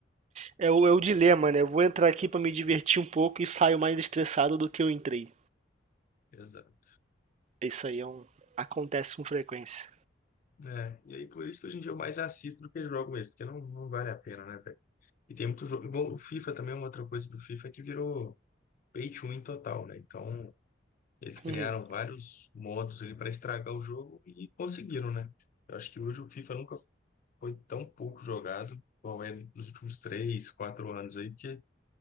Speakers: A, on the right; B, on the left.
A: É o, é o dilema, né? Eu vou entrar aqui pra me divertir um pouco e saio mais estressado do que eu entrei.
B: Exato.
A: Isso aí é um, acontece com frequência.
B: É, e aí por isso que hoje em dia eu mais assisto do que jogo mesmo, porque não, não vale a pena, né, velho? E tem muito jogo. Igual o FIFA também, é uma outra coisa do FIFA é que virou pay to win total, né? Então, eles criaram
A: Uhum.
B: vários modos ali para estragar o jogo e conseguiram, né? Eu acho que hoje o FIFA nunca foi tão pouco jogado, qual é nos últimos três, quatro anos aí, que